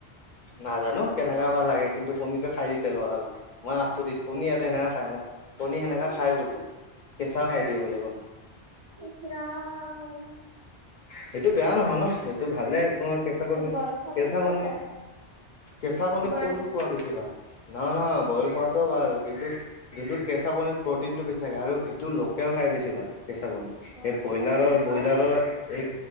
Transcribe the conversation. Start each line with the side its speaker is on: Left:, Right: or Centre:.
Left: নাজানো কেনেকা বা লাগে কিন্তু কণীটো খাই দিছে লগালগ। মই আছো দেত কণী আৰু সেনেকা খাই না কণী সেনেকা
Right: অ
Left: খাই বোলে। কেঁচাও খাই দিয়ে বোলে কনী।
Right: ইচৰাম!
Left: সেইটো বেয়া নহয় ন সেইটো ভালে একমাৰ কেঁচা কণী
Right: বইল খোৱাটো
Left: কেঁচা
Right: ভাল
Left: কণী
Right: হয়
Left: কেঁচা কণী
Right: বইল
Left: কোনটো
Right: খালে
Left: খোৱা বেছি ভাল? নহয় নহয় বইল খোৱাটো ভাল কিন্তু যোনটো কেঁচা কণি প্ৰটিনটো বেছি থাকে আৰু সেইটো লকেল খাই বেছি ভাল। কেঁচা কণী,
Right: অ
Left: এই ব্ৰইলাৰৰ
Right: অ মই
Left: ব্ৰইলাৰৰ এই